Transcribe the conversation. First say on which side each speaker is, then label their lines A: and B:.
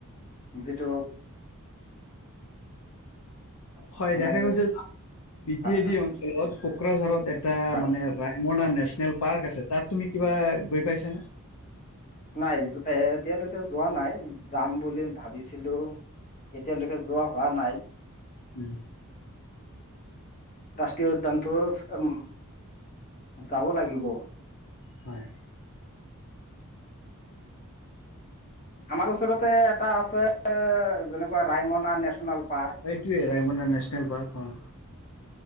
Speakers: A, on the left; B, on the left.
A: যিটো
B: হয়,
A: মানে
B: দেখা গৈছে যে বি-টি
A: হয়
B: এ,
A: হয়
B: ডি অঞ্চলত কোকৰাঝাৰত এটা
A: হয়
B: মানে ৰা মোৰ না, নেচনেল পাৰ্ক আছে তাত তুমি কিবা গৈ পাইছা না?
A: নাই এ, এতিয়ালৈকে যোৱা নাই যাম বুলি ভাবিছিলো। এতিয়ালৈকে যোৱা হোৱা নাই।
B: উম,
A: ৰাষ্ট্ৰীয় উদ্যানতটো, যাব লাগিব।
B: হয়।
A: আমাৰ ওচৰতে এটা আছে, যেনেকুৱা ৰায়মনা নেচনেল পাৰ্ক
B: এইটোৱে ৰায়মনা নেচনেল পাৰ্ক অ,